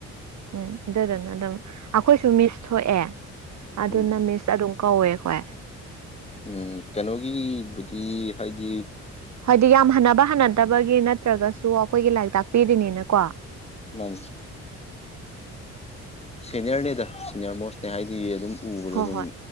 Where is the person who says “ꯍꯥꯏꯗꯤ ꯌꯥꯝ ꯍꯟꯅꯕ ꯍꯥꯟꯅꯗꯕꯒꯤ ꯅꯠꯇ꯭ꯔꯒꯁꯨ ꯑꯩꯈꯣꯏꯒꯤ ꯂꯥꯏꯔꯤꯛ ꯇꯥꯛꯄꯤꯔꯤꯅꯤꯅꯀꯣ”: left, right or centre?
Right